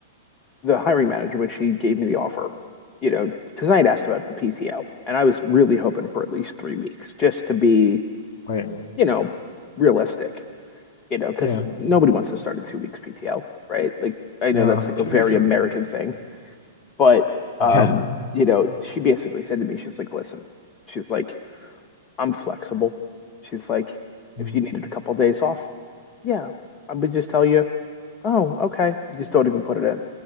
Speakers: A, on the left; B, on the left.
A: the hiring manager, when she gave me the offer, you know, because I had asked about the PTO and I was really hoping for at least three weeks just to be,
B: Right.
A: you know, realistic. you know, because
B: Yeah.
A: nobody wants to start a two weeks PTO, right? Like I know
B: No,
A: that's like
B: two
A: a very
B: weeks is
A: American
B: enough.
A: thing, but um,
B: <laughs> Yeah.
A: you know, she basically said to me, she's like, listen, she's like, I'm flexible. She's like, if
B: Mm,
A: you needed a couple days off, yeah, I would just tell you, oh, okay, just don't even put it in,